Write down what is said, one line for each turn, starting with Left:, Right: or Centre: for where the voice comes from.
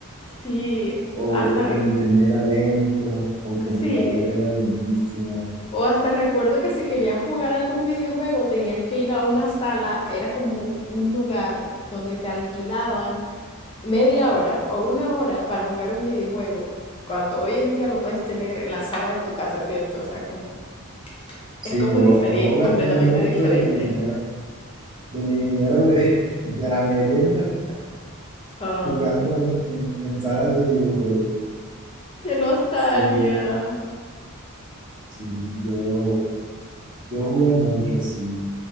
Left: sí,
Right: o
Left: hasta re-
Right: o el internet era lento, o el computador
Left: sí.
Right: era lentísimo.
Left: O hasta recuerdo que si querías jugar algún videojuego tenías que ir a una sala, era como un lugar donde te alquilaban media hora o una hora para jugar un videojuego, cuando hoy en día lo puedes tener en la sala de tu casa, ¿cierto? O sea, como
Right: Sí,
Left: es como
Right: yo,
Left: diferente,
Right: yo gasté
Left: completamente
Right: mucho
Left: diferente.
Right: de mi dinero, de mi dinero de, <laughs> de la merienda.
Left: Ay,
Right: Jugando en, en- en salas de videojuegos.
Left: qué nostalgia.
Right: Sí, yo, sí, yo, yo jugué mucho, sí.